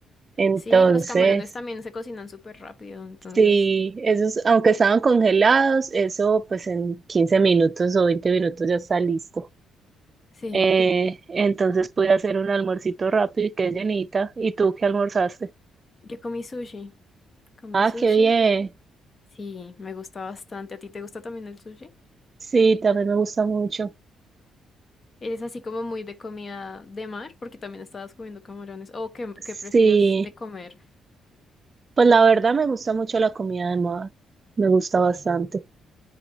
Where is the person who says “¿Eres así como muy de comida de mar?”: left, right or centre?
Left